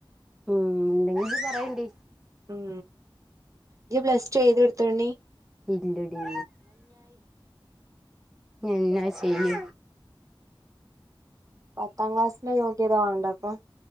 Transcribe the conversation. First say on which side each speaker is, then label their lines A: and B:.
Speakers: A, in the centre; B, on the right.
A: മം ഇണ്ടങ്കി പറയണ്ടി
B: ഉം ഇജ് പ്ലസ്റ്റ ടു ഏയ്തിടുത്തോണ്ണി
A: ഇല്ലടി എന്നാ ചെയ്യാ
B: പത്താം ക്ലാസ്സിന്റെ യോഗ്യത വാണ്ട അപ്പം